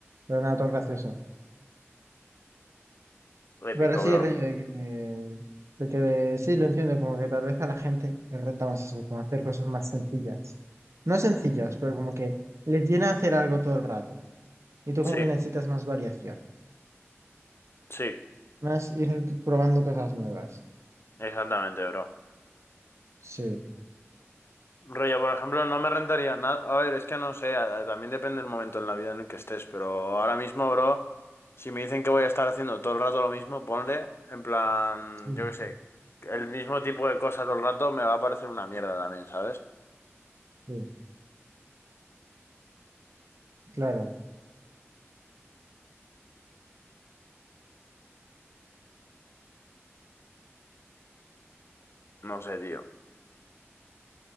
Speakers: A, on the right; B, on the left.
A: Pero nada, todo gracioso.
B: Épico,
A: Pero sí,
B: bro.
A: Rey, de que, de que sí, lo entiendo, como que tal vez a la gente le renta más eso, como hacer cosas más sencillas. No sencillas, pero como que les llena hacer algo todo el rato. Y tú como
B: Sí,
A: que necesitas más variación,
B: sí,
A: más ir probando cosas nuevas.
B: exactamente, bro.
A: Sí,
B: Rollo, por ejemplo, no me rentaría nada. A ver, es que no sé, a- también depende del momento en la vida en el que estés, pero ahora mismo, bro, si me dicen que voy a estar haciendo todo el rato lo mismo, ponle, en plan,
A: sí,
B: yo qué sé, el mismo tipo de cosa todo el rato me va a parecer una mierda también, ¿sabes?
A: sí, claro.
B: No sé, tío.